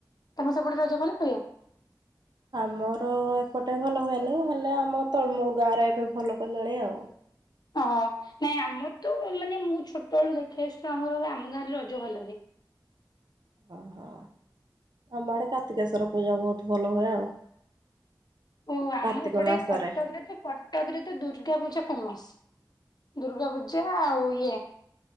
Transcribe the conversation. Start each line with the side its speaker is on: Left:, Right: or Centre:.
Left: ତମେ ସେପଟେ ରଜ ଭଲ ହୁଏ।
Right: ଆମର ଏପଟେ ଭଲ ହୁଏନି ହେଲେ ଆମ ତଳମୂଳ ଗାଁ ରେ ଏବେ ଭଲ କଲେଣି ଆଉ।
Left: ଓହଃ ନାଇଁ ଆମର ତ ମାନେ ମୁଁ ଛୋଟବେଳୁ ଦେଖି ଆସୁଛି ଆମର ବି ଆମ ଗାଁରେ ରଜ ଭଲ ହୁଏ।
Right: ଓହୋ ଆମ ଆଡେ କାର୍ତିକେଶ୍ୱଵର ପୂଜା ବହୁତ ଭଲ ହୁଏ ଆଉ।
Left: ଓ ଆମ
Right: କାର୍ତ୍ତିକ
Left: ଏପଟେ
Right: ମାସରେ
Left: କଟକରେ ତ ପ କଟକରେ ତ ଦୁର୍ଗା ପୂଜା ଫେମସ ଦୁର୍ଗା ପୂଜା ଆଉ ଇଏ